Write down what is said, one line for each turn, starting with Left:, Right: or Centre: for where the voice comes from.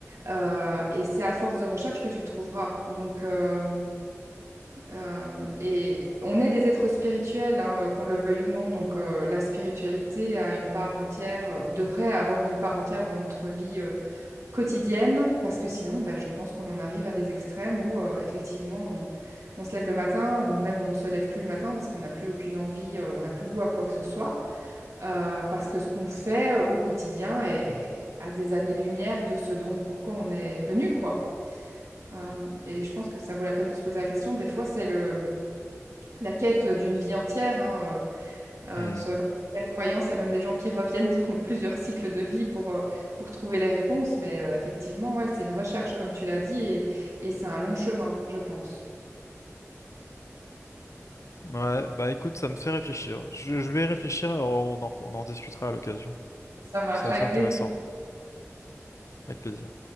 Right: Euh, et c'est à force de recherche que tu le trouveras. Donc euh, euh, et on est des êtres spirituels, hein, euh, qu'on le veuille ou non, donc euh, la spiritualité a une part entière euh, ou devrait avoir une part entière dans notre vie euh, quotidienne, parce que sinon, bah, je pense qu'on en arrive à des extrêmes où euh, effectivement, on, on se lève le matin ou même on ne se lève plus le matin parce qu'on n'a plus aucune envie, euh, on n'a plus goût à quoi que ce soit, euh, parce que ce qu'on fait euh, au quotidien est à des années-lumière de ce dont pourquoi on est venu, quoi. Euh, et je pense que ça vaut la peine de se poser la question. Des fois, c'est le, la quête d'une vie entière, hein, euh,
Left: Hmm.
Right: euh, selon certaines croyances, il y a même des gens qui reviennent <laughs> dans plusieurs cycles de vie pour, euh, pour trouver les réponses. Mais euh, effectivement, ouais, c'est une recherche, comme tu l'as dit, et, et c'est un long chemin, je pense.
Left: Ouais, bah écoute, ça me fait réfléchir. Je, je vais réfléchir et on en, on en discutera à l'occasion.
Right: Ça marche
Left: C'est assez
Right: avec
Left: intéressant.
Right: plaisir.
Left: Avec plaisir.